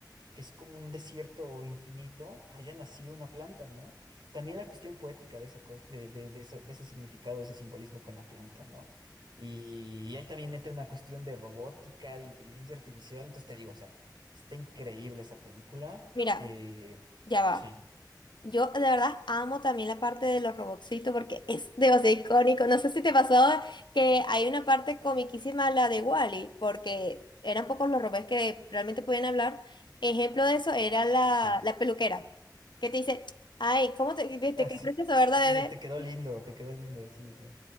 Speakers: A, on the right; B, on the left.
A: que es como un desierto infinito, haya nacido una planta, ¿no? También la cuestión poética de esa cosa, de, de, de esa- de ese significado, de ese simbolismo con la planta, ¿no? Y, ahí también mete una cuestión de robótica, de inteligencia artificial, entonces te digo, o sea, está increíble esa película.
B: Mira,
A: eh,
B: ya va.
A: sí,
B: Yo de verdad amo también la parte de los robotcitos porque es demasiado icónico. No sé si te pasó que hay una parte comiquísima, la de Wally, porque eran pocos los robots que realmente podían hablar. Ejemplo de eso era la,
A: sí.
B: la peluquera, que te dice, ay, ¿cómo te, te
A: Así,
B: qué precioso, verdad,
A: dice,
B: bebé?
A: te quedó lindo, te quedó lindo, sí, sí.